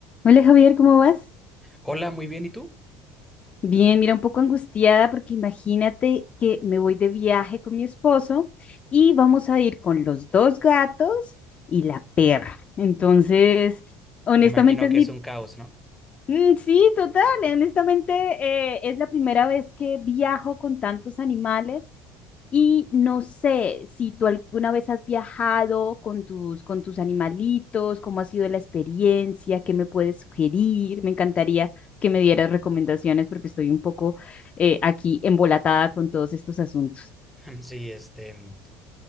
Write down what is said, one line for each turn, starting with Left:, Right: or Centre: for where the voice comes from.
Left: Hola Javier, ¿cómo vas?
Centre: Hola, muy bien, ¿y tú?
Left: Bien, mira, un poco angustiada porque imagínate que me voy de viaje con mi esposo y vamos a ir con los dos gatos y la perra. Entonces, honestamente
Centre: Me imagino
Left: es
Centre: que
Left: mi
Centre: es un caos, ¿no?
Left: Mm, Sí, total. y Honestamente, eh, es la primera vez que viajo con tantos animales y no sé si tú alguna vez has viajado con tus, con tus animalitos, cómo ha sido la experiencia, qué me puedes sugerir. Me encantaría que me dieras recomendaciones porque estoy un poco eh, aquí embolatada con todos estos asuntos.
Centre: <laughs> Sí, este,